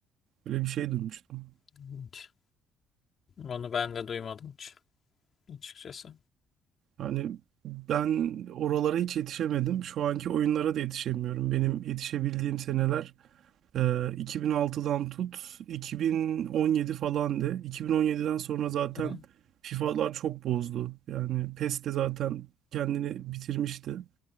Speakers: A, on the right (about 55°); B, on the left (about 30°).
A: Böyle bir şey duymuştum.
B: ilginç. Onu ben de duymadım hiç açıkçası.
A: Yani ben oralara hiç yetişemedim. Şu anki oyunlara da yetişemiyorum. Benim yetişebildiğim seneler e, iki bin altıdan tut 2017 falan de. iki bin on yediden sonra zaten
B: Hı hı.
A: FIFA'lar çok bozdu. Yani PES de zaten kendini bitirmişti.